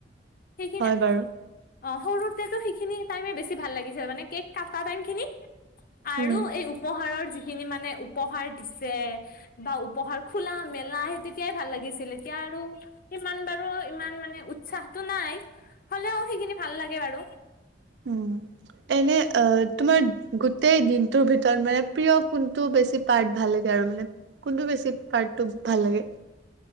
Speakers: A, on the left (about 55°); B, on the right (about 75°).
A: সেই খিনিয়ে
B: হয় বাৰু
A: অ সৰুতেতো সেইখিনি টাইমে বেছি ভাল লাগিছিল মানে কেক কটা টাইমখিনি আৰু
B: উম,
A: এই উপহাৰৰ যি সেই খিনি মানে উপহাৰ দিছে যে বা উপহাৰ খোলা মেলা সেই তেতিয়াই ভাল লাগিছিল এতিয়া আৰু সিমান বাৰু ইমান মানে উৎসাহটো নাই হ'লেও সেইখিনি ভাল লাগে বাৰু
B: উম এনে অ তোমাৰ গোটেই দিনটোৰ ভিতৰত মানে প্ৰিয় কোনটো বেছি পাৰ্ট ভাল লাগে আৰু মানে কোনটো বেছি পাৰ্টটো ভাল লাগে।